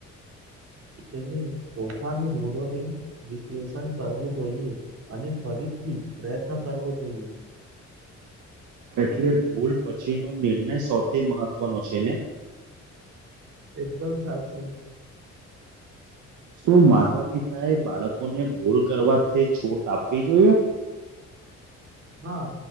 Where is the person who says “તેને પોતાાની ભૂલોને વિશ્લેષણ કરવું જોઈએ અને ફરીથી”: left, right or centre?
Right